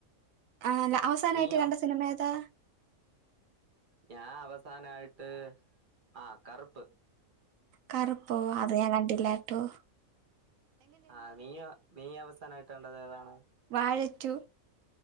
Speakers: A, on the right (about 75°); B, on the right (about 40°).
A: ആ അല്ല അവസാനായിട്ട്
B: നീയോ
A: കണ്ട സിനിമ ഏതാ?
B: ഞാൻ അവസാനയിട്ട് ആ കറു.
A: കറുപ്പോ അത് ഞാൻ കണ്ടില്ല ട്ടോ.
B: ആ നീയോ നീ അവസാനായിട്ട് കണ്ടത് ഏതാണ്?
A: വാഴ റ്റു